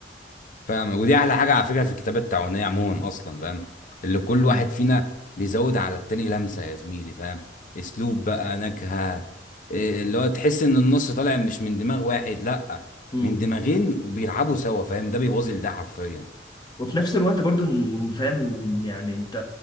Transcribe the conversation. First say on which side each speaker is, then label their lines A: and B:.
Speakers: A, on the left; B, on the left.
A: فاهم ودي احلى حاجه على فكره في الكتابه التعاونيه عموما اصلا فاهم اللي كل
B: امم
A: واحد فينا بيزود على التاني لمسه يا زميلي فاهم اسلوب بقى نكهه إيه اللي هو تحس ان النص طالع مش من دماغ واحد لا
B: امم
A: من دماغين وبيلعبوا سوا فاهم ده بيبوظ ده حرفيا
B: وفي نفس الوقت برضو إن- فاهم يعني انت